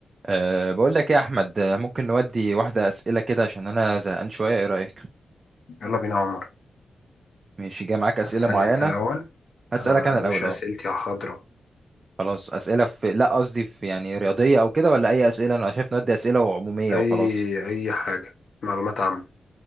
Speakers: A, on the right; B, on the left.
A: أه بقول لك إيه يا أحمد آه، ممكن نودي واحدة أسئلة كده عشان أنا زهقان شوية إيه رأيك؟
B: يلا بينا يا عمر
A: مش جاي معاك أسئلة
B: هتسألني
A: معينة
B: انت الأول
A: أسألك
B: أنا
A: أنا
B: يا
A: الأول
B: باشا
A: أه
B: أسئلتي حاضرة
A: خلاص أسئلة في لا قصدي في يعني رياضية أو كده ولا أي أسئلة أنا شايف نودي أسئلة عمومية
B: أي
A: وخلاص
B: أي حاجة معلومات عامة